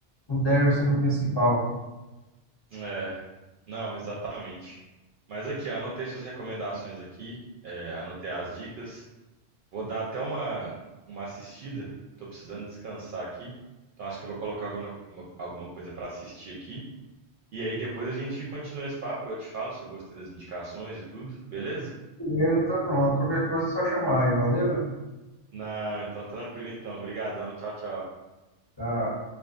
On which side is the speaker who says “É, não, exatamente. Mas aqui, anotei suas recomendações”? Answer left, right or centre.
Right